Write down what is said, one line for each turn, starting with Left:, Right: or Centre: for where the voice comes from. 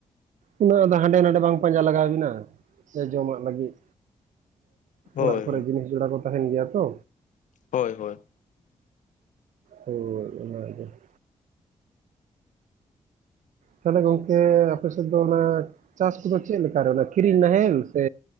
Right: ᱩᱱᱟᱹᱜ ᱟᱫᱚ ᱦᱟᱸᱰᱮ ᱱᱟᱸᱰᱮ ᱵᱟᱝ ᱯᱟᱸᱡᱟ ᱞᱟᱜᱟᱣ ᱵᱤᱱᱟ ᱥᱮ ᱡᱚᱢᱟᱜ ᱞᱟᱹᱜᱤᱫ᱾
Left: ᱦᱳᱭ
Right: ᱚᱲᱟᱜ ᱠᱚᱨᱮ ᱡᱤᱱᱤᱥ ᱡᱚᱲᱟ ᱠᱚ ᱛᱟᱦᱮᱱ ᱜᱮᱭᱟ ᱛᱚ᱾
Left: ᱦᱳᱭ ᱦᱳᱭ ᱾
Right: ᱦᱳᱭ ᱚᱱᱟ ᱜᱮ ᱾ ᱛᱟᱦᱚᱞᱮ ᱜᱚᱝᱠᱮ ᱟᱯᱮ ᱥᱮᱫ ᱫᱚ ᱚᱱᱟ ᱼᱼ ᱪᱟᱥ ᱠᱚᱫᱚ ᱪᱮᱫ ᱞᱮᱠᱟ ᱨᱮ ᱚᱱᱟ ᱠᱤᱨᱤᱧ ᱱᱟᱦᱮᱞ ᱥᱮ